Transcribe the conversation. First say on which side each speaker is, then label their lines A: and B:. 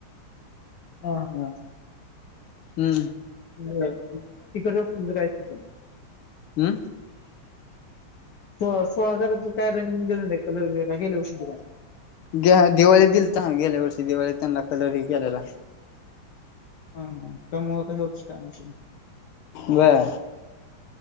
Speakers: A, on the left (about 60°); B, on the left (about 80°).
A: हा ह
B: हम
A: बरं तिथे गपचिप राहायचं.
B: हम्
A: असगर ज काय <unintelligible> े कलर बेगे हषीिर <unintelligible>
B: ग दिवाळीत दिल तर गेल्या वर्षी दिवाळीत त्यांना कलर ह केलेला
A: हा ह त्यामुळेळ तर हेच काय नाही
B: बर